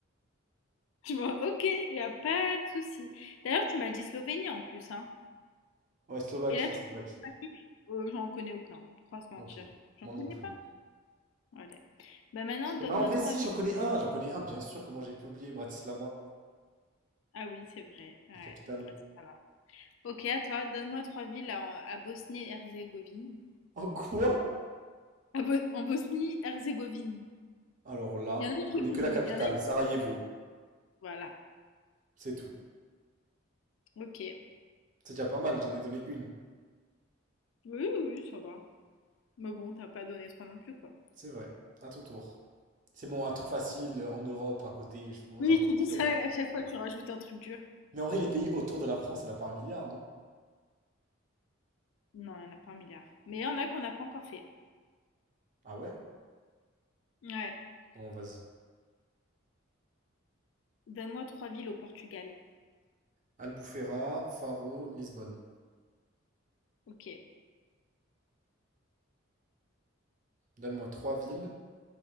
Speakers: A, on the left; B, on the right.
A: Tu vois, ok, il a pas de souci. D'ailleurs, tu m'as dit Slovénie en plus, hein.
B: Ouais, Slovaquie,
A: Et là, tu
B: Slovaquie.
A: connais pas qui? Euh, j'en connais aucun. Trois se
B: Ok.
A: mentir. J'en
B: Moi
A: connais
B: non plus.
A: pas. Allez. Bah maintenant,
B: Parce que
A: donne-moi
B: non, en vrai,
A: trois
B: si,
A: villes.
B: j'en connais un, j'en connais un, bien sûr, comment j'ai pu oublier Bratislava,
A: Ah oui, c'est vrai.
B: la
A: Ouais,
B: capitale.
A: pratique, ça va. Ok, à toi, donne-moi trois villes à, à Bosnie-Herzégovine.
B: En quoi?
A: À Bo- en Bosnie-Herzégovine.
B: Alors là,
A: Il y en a une
B: je
A: qui
B: connais
A: est connue,
B: que la capitale,
A: il y en a une-
B: Sarajevo,
A: Voilà,
B: c'est tout.
A: ok.
B: C'est déjà pas mal, j'en ai donné une.
A: Oui, oui, oui, ça va. Mais bon, t'as pas donné trois non plus, quoi.
B: C'est vrai, à ton tour. C'est bon, un truc facile euh, en Europe, à côté, je- on
A: Oui,
B: n'a pas tout
A: tu dis
B: fait
A: ça
B: là.
A: et à chaque fois tu rajoutes un truc dur.
B: Mais en vrai, les pays autour de la France, il n'y en a pas un milliard, non?
A: Non, il n'y en a pas un milliard. Mais il y en a qu'on n'a pas encore fait.
B: Ah ouais?
A: Ouais.
B: Bon, vas-y.
A: Donne-moi trois villes au Portugal.
B: Albufeira, Faro, Lisbonne.
A: Ok.
B: Donne-moi trois villes